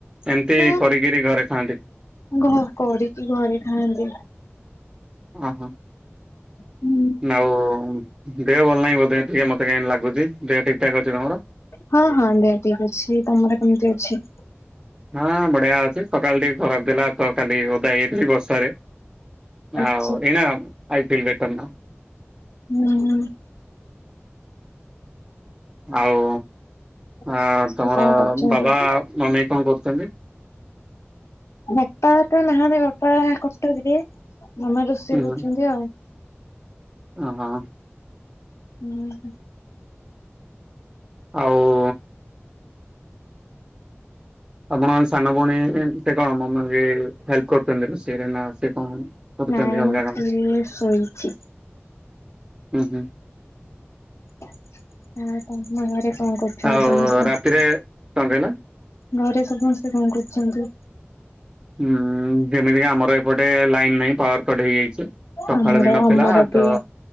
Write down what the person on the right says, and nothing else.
ଏମିତି
କରିକିରି ଘରେ ଖାଆନ୍ତି?
ଓ ହୋ,
ଆଉ? ଦେହ ଭଲ ନାହିଁ ବୋଧେ ଟିକେ ମୋତ କାହିଁ ଲାଗୁଛି ଦେହ ଠିକଠାକ୍ ଅଛି ତମର?
ହଁ ବଢିଆ ଅଛି ସକାଳ ଟିକ ଖରାପ ଥିଲା। ତ କାଲି ଓଦା ହେଇଥିଲି ବର୍ଷାରେ
ଆଉ ଏନା ଆଇ ଫିଲ୍ ବେଟର ନାଓ।
ଆଉ ଆ
ତମର
ବାବା ମମି କଣ କରୁଛନ୍ତି?
ହୁଁ ହୁଁ
ଓହୋ।
ଆଉ? ଆପଣ ସାନ ଭଉଣୀ ସେ କଣ ମମି ବି ହେଲ୍ପ କରୁଛନ୍ତି ରୋଷେଇରେ ନା ସେ କଣ? କରୁଛନ୍ତି
ଅଲଗା କାମ
ହୁଁ ହୁଁ
ଆଉ
ରାତିରେ କଣ କହିଲ
ହୁଁ। ଯେମିତିକି ଆମର ଏପଟେ ଲାଇନ୍ ନାହିଁ ପାୱାର କଟ୍ ହେଇଯାଇଛି ସକାଳୁ
ବି ନଥିଲା
ତ।